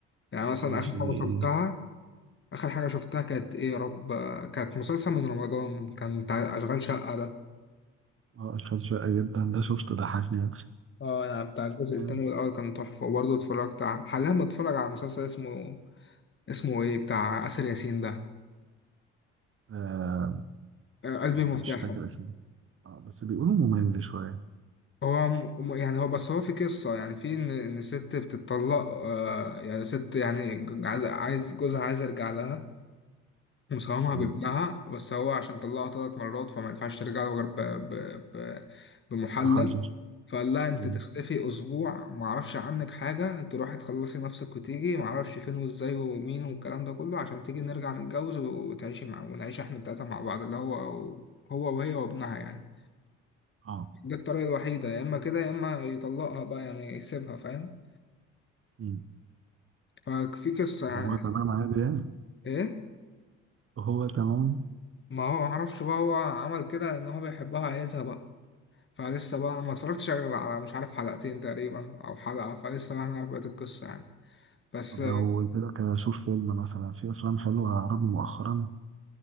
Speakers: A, on the left; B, on the right.
A: يعني مثلا
B: ماشي
A: اخر
B: ايه
A: حاجه شفتها اخر حاجه شفتها كانت ايه يا رب آه، كانت مسلسل من رمضان كان بتاع اشغال شقه ده
B: اه اشخاص شقة جدا ده شفته ضحكني يعني.
A: اه يعني بتاع الجزء
B: كان
A: التاني والأول كان تحفة وبرضه اتفرجت على حاليا بتفرج على مسلسل اسمه اسمه ايه بتاع آسر ياسين ده
B: آه
A: آه، قلبي
B: ما-
A: مفتاحه
B: مش فاكر اسمه اه بس بيقولوا ممل شوية
A: هو م- م- يعني هو بس هو في قصة يعني في إن إن ست بتطلق آه يعني ست يعني ج- عايز عايز جوزها عايز يرجع لها ومساهمها
B: يعني
A: بابنها بس هو عشان طلقها ثلاث مرات فما ينفعش ترجع له غير ب- ب- ب- بمحلل
B: محرج
A: فقال لها انت
B: مم.
A: تختفي اسبوع ما اعرفش عنك حاجه تروحي تخلصي نفسك وتيجي ما اعرفش فين وازاي ومين والكلام ده كله عشان تيجي نرجع نتجوز وتعيشي مع ونعيش احنا التلاته مع بعض اللي هو هو وهي وابنها يعني
B: اه
A: ده الطريقه الوحيده يا اما كده يا اما يطلقها بقى يعني يسيبها فاهم
B: مم.
A: ففي قصه
B: وهو
A: يعني
B: تمام عادي يعني
A: ايه
B: وهو تمام
A: ما هو ما اعرفش بقى هو عمل كده ان هو بيحبها عايزها بقى فلسه بقى انا ما اتفرجتش غير على مش عارف حلقتين تقريبا او حلقه فلسه بقى هنعرف بقيه القصه يعني بس
B: طب لو قلت لك اشوف فيلم مثلا في افلام حلوة عربي مؤخرا